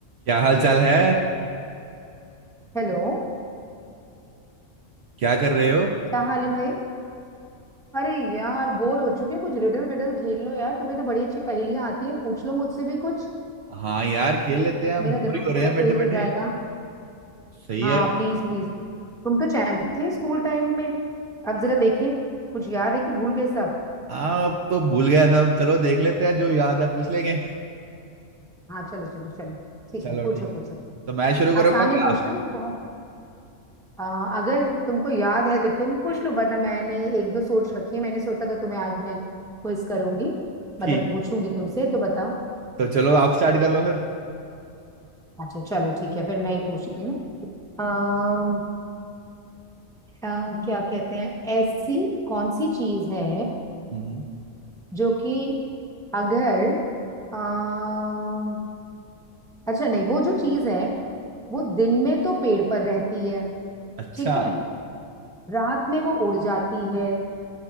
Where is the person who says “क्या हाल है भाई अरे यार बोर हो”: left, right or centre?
Centre